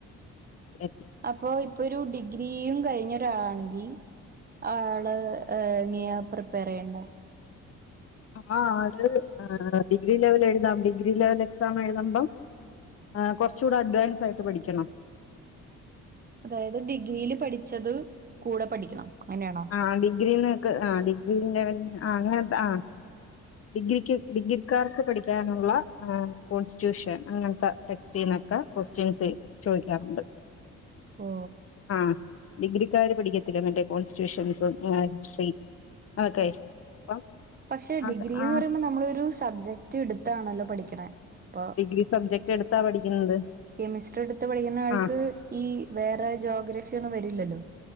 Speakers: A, on the left; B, on the right.
A: എ
B: അപ്പൊ, ഇപ്പൊ ഒരു ഡിഗ്രിയും കഴിഞ്ഞ ഒരാളാണെങ്കി ആള് ഇനിയ പ്രിപ്പയർ ചെയ്യണ്ടേ?
A: ആ ആള് ഡിഗ്രി ലെവൽ എഴുതാം, ഡിഗ്രി ലെവൽ എക്സാം എഴുതുമ്പം ആ കൊറച്ചൂടെ അഡ്വാൻസ് ആയിട്ട് പഠിക്കണം.
B: അതായത് ഡിഗ്രിയില് പഠിച്ചത് കൂടെ പഠിക്കണം. അങ്ങനെയാണോ
A: ആ ഡിഗ്രിന്ന്ക്ക് ആ ഡിഗ്രി ലെവല ആ അങ്ങനെ ആ. ഡിഗ്രിക്ക് ഡിഗ്രിക്കാർക്ക് പഠിക്കാനുള്ള കോൺസ്റ്റിറ്റ്യൂഷൻ അങ്ങനത്തെ ടെക്സ്റ്റീന്ന് ക്കെ ക്വസ്റ്റ്യൻസ് ചോദിക്കാറുണ്ട്.
B: ഓ
A: ആ ഡിഗ്രിക്കാര് പഠിക്കത്തില്ലേ മറ്റേ കോൺസ്റ്റിറ്റ്യൂഷൻസും ഹിസ്ട്രി ഓക്കെ അപ്പം
B: പക്ഷെ ഡിഗ്രി
A: അത്
B: എന്ന്
A: ആഹ്
B: പറയുമ്പം നമ്മളൊരു സബ്ജക്ട് എടുത്താണല്ലോ പഠിക്കണേ. ഇപ്പൊ
A: ഡിഗ്രി സബ്ജക്ട് എടുത്താ പഠിക്കുന്നത്.
B: കെമിസ്ട്രി എടുത്ത് പഠിക്കുന്ന ആൾക്ക്
A: ആഹ്
B: ഈ വേറെ ജോഗ്രഫി ഒന്നും വരില്ലല്ലോ?